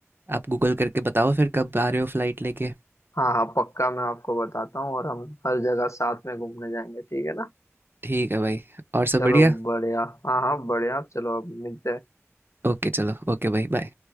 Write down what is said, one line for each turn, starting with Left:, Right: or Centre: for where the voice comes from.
Right: आप गूगल करके बताओ फिर कब आ रहे हो फ्लाइट लेके
Left: हाँ हाँ पक्का मैं आपको बताता हूँ और हम हर जगह साथ में घूमने जाएंगे ठीक है ना
Right: ठीक है भाई और सब
Left: चलो
Right: बढ़िया
Left: बढ़िया हाँ हाँ बढ़िया चलो अब मिलते हैं
Right: ओके चलो ओके भाई बाय